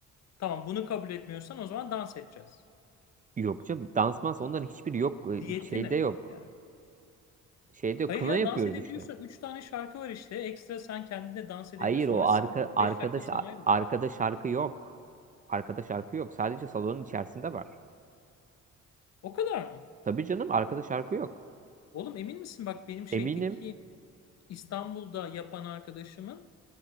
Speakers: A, on the left; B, on the right.
A: Tamam bunu kabul etmiyorsan o zaman dans edeceğiz.
B: Yok canım dansmaz onların hiçbiri yok. Ee,
A: Diyeti
B: Şeyde
A: ne
B: yok.
A: yani?
B: Şeyde yok.
A: Hayır
B: Kına
A: ya
B: yapıyoruz
A: dans edebiliyorsun.
B: işte.
A: Üç tane şarkı var işte. Ekstra sen kendine dans edebiliyorsun.
B: Hayır o
A: Orası
B: arka,
A: sana 45
B: arkadaş
A: dakika sana ayrılıyor.
B: arkada şarkı yok. Arkada şarkı yok. Sadece salonun içerisinde var.
A: O kadar mı?
B: Tabii canım arkada şarkı yok.
A: Oğlum emin misin? Bak benim şeydeki
B: Eminim
A: İstanbul'da yapan arkadaşımın